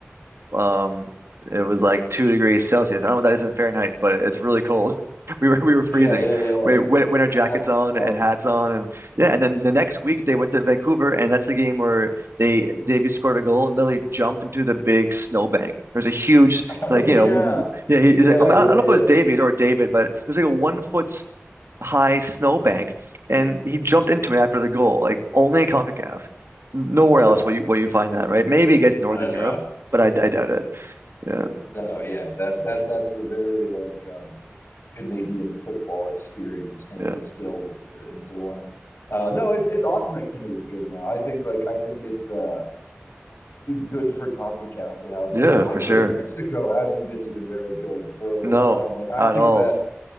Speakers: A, on the right (about 70°); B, on the left (about 60°).
A: Um, it was like two degrees Celsius. I don't know what that is in Fahrenheit, but it's really cold. <laughs> We were we were freezing.
B: Yeah yeah yeah.
A: We we we had our jackets
B: That's
A: on
B: awesome.
A: and hats on, and yeah. And then the next week they went to Vancouver, and that's the game where they Davies scored a goal and literally jumped into the big snowbank. There's a huge
B: <laughs>
A: like
B: Oh
A: you
B: yeah.
A: know w- yeah he,
B: Yeah,
A: is it, I mean,
B: yeah,
A: I don't know
B: yeah.
A: if it was Davies or David, but there's like a one foot s- high snowbank, and he jumped into it after the goal. Like only in CONCACAF, nowhere
B: Yeah.
A: else will you will you find that, right? Maybe against Northern
B: I know.
A: Europe but I, I doubt it. Yeah,
B: No, yeah. That that that's the very like um Canadian football experience kind
A: yeah,
B: of distilled into into one. Uh no, it's it's awesome that Canada's good now. I think like I think it's uh good for CONCACAF to have
A: yeah,
B: and honestly
A: for sure.
B: like, Mexico hasn't been even very good for a long
A: No,
B: time. Like I
A: at
B: think
A: all.
B: that
A: <laughs>